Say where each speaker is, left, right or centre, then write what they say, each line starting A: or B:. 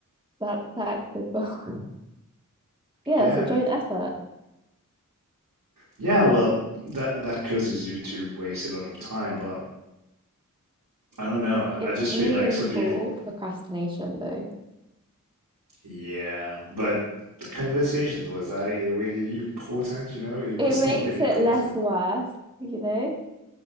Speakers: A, on the right; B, on the right.
A: That's tactical. <laughs> Yeah,
B: Yeah.
A: it's a joint effort.
B: Yeah, well, that that causes you to waste a lot of time, but I don't know. I,
A: It's
B: I just
A: meaningful
B: feel like some people,
A: procrastination, though.
B: yeah, but the conversations was that really important, you know? It
A: It
B: was
A: makes
B: not really important.
A: it less worse, you know?